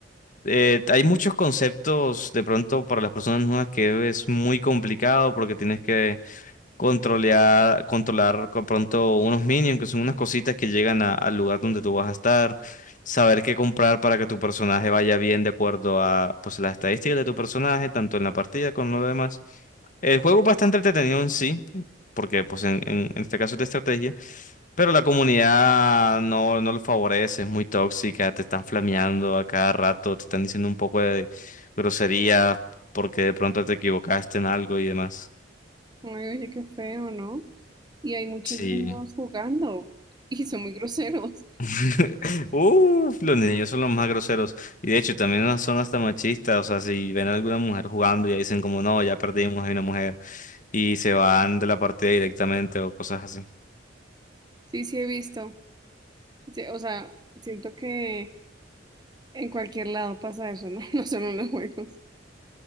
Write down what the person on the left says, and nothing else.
Eh, hay muchos conceptos de pronto para las personas nuevas que es muy complicado porque tienes que controlear, controlar con pronto unos minions, que son unas cositas que llegan a- al lugar donde tú vas a estar, saber qué comprar para que tu personaje vaya bien de acuerdo a pues las estadísticas de tu personaje, tanto en la partida como en lo demás. El juego es bastante entretenido en sí, porque pues en, en- en este caso es de estrategia, pero la comunidad no, no lo favorece, es muy tóxica, te están flameando a cada rato, te están diciendo un poco de grosería porque de pronto te equivocaste en algo y demás.
Sí.
<laughs> Uf, los niños son los más groseros. Y de hecho, también no son hasta machistas. O sea, si ven a alguna mujer jugando, ya dicen como, no, ya perdimos, hay una mujer. Y se van de la partida directamente o cosas así.